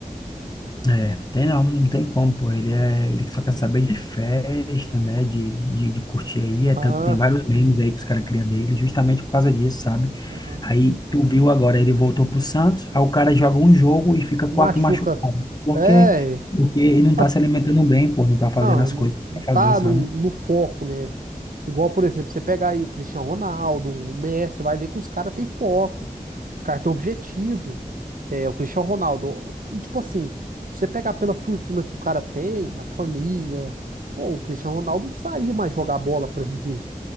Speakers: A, on the left; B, on the right.
A: É, tem não, não tem como, pô. Ele é, ele só quer saber de festa, né? De, de, de curtir aí.
B: Aham,
A: É tanto, tem vários memes aí que os caras criam dele, justamente por causa disso, sabe?
B: aham.
A: Aí tu viu agora, ele voltou pro Santos, aí o cara joga um jogo e fica quatro
B: Machuca.
A: machucados. Por
B: É.
A: quê? Porque ele não tá
B: ah,
A: se alimentando bem, pô, não tá fazendo
B: Não,
A: as
B: não,
A: coisas
B: não tá
A: pra fazer, sabe?
B: no, no foco, né? Igual, por exemplo, você pegar aí o Cristiano Ronaldo, o Messi, você vai ver que os caras têm foco. Os caras têm objetivo. É, o Cristiano Ronaldo. E tipo assim, se você pegar pela fortuna que o cara tem, a família. Pô, o Cristiano Ronaldo não precisaria mais jogar bola pra viver.